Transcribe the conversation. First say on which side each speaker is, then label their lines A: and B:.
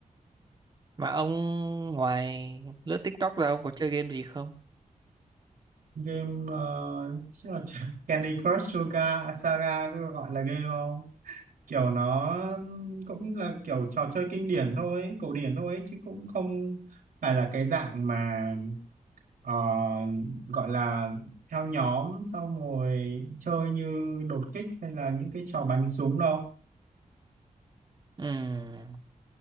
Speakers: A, on the right; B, on the right.
A: mà ông ngoài lướt TikTok ra ông có chơi game gì không
B: game ờ, chắc là <laughs> Candy Crush Suga Saga cứ gọi là game không kiểu nó cũng là kiểu trò chơi kinh điển thôi ấy, cổ điển thôi ấy, chứ cũng không phải là cái dạng mà ờ, gọi là theo nhóm xong rồi chơi như đột kích hay là những cái trò bắn súng đâu
A: Ừm,